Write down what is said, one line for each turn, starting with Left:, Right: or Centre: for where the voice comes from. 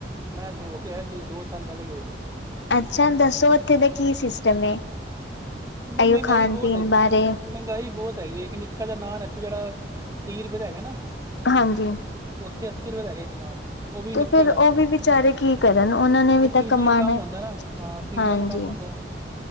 Right: ਮੈਂ ਹੋ ਕੇ ਆਇਆ ਸੀ, ਦੋ ਸਾਲ ਪਹਿਲਾਂ ਗਿਆ ਸੀ।
Left: ਅੱਛਾ, ਦੱਸੋ ਉੱਥੇ ਦਾ ਕੀ ਸਿਸਟਮ ਹੈ,
Right: ਬ
Left: ਇਹੋ
Right: ਮਹਿੰਗਾਈ
Left: ਖਾਣ
Right: ਬਹੁਤ
Left: ਪੀਣ
Right: ਹੈਗੀ
Left: ਬਾਰੇ।
Right: ਮਹਿੰਗਾਈ ਬਹੁਤ ਹੈਗੀ ਹੈ। ਇੱਕ ਨਿੱਕਾ ਜਿਹਾ ਨਾਨ ਇਥੇ ਜਿਹੜਾ ਤੀਹ ਰੁਪਏ ਦਾ ਹੈਗਾ ਨਾ।
Left: ਹਾਂਜੀ।
Right: ਉੱਥੇ ਅੱਸੀ ਰੁਪਏ ਦਾ ਹੈਗਾ ਇੱਕ ਨਾਨ ਉਹ ਵੀ
Left: ਤੇ
Right: ਨਿੱਕਾ
Left: ਫਿਰ
Right: ਜਿਹਾ।
Left: ਉਹ ਵੀ ਵਿਚਾਰੇ ਕੀ ਕਰਨ ਉਹਨਾਂ ਨੇ ਵੀ
Right: ਉਹ ਸੀਜਨਲ
Left: ਤਾਂ ਕਮਾਣਾ
Right: ਕੰਮ ਹੁੰਦਾ ਨਾ, ਹਾਂ ਸੀਜਨਲ
Left: ਹਾਂਜੀ
Right: ਕੰਮ ਹੁੰਦਾ।